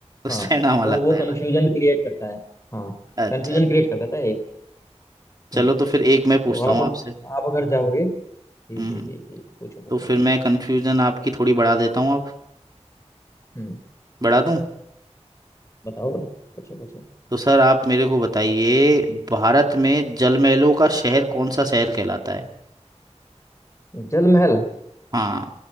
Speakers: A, on the right (about 35°); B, on the left (about 25°).
A: उस
B: हाँ
A: टाइम नाम अलग
B: तो वो
A: था है
B: कन्फ्यूजन
A: ना
B: क्रिएट करता है हाँ
A: अच्छा
B: कन्फ्यूजन क्रिएट कर देता है ये
A: चलो
B: हम्म
A: तो फिर एक मैं पूछता
B: तो आप
A: हूँ आपसे
B: आप अगर जाओगे जी
A: हम्म
B: जी
A: हम्म।
B: जी जी जी, पूछो पूछो
A: तो फिर मैं कंफ्यूजन आपकी थोड़ी बढ़ा देता हूँ अब
B: हम्म
A: बढ़ा दूँ
B: बताओ बताओ पूछो पूछो
A: तो सर आप मेरे को बताइए भारत में जलमहलों का शहर कौन सा शहर कहलाता है
B: जल महल
A: हाँ